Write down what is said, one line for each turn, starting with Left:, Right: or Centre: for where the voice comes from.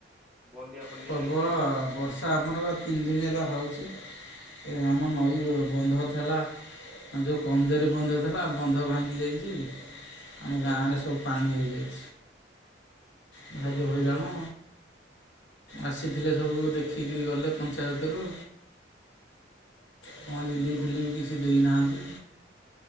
Centre: ବନ୍ୟା ଫନ୍ୟା
Left: ପ୍ରବଳ
Centre: ହେଇଛି
Left: ବର୍ଷା ଆମର ବା ତିନି ଦିନ ହେଲା ହଉଛି। ଏ ଆମ ନଈ ବନ୍ଧ ଥିଲା। ଆ ଯୋଉ କମଜୋର ବନ୍ଧ ଥିଲା ବନ୍ଧ ଭାଙ୍ଗି ଯାଇଛି। ଆମ
Centre: ହଁ
Left: ଗାଁ ରେ ସବୁ ପାଣି ହେଇଯାଇଛି। ଭାଇ
Centre: ଓହୋ
Left: ଯୋଉ ହଇରାଣ। ଆସିଥିଲେ ସବୁ ଦେଖିକରି ଗଲେ ପଞ୍ଚାୟତରୁ। କଣ ରିଲିଫ
Centre: ଓହୋ
Left: ଫିଲିଫ କିଛି ଦେଇନାହାନ୍ତି।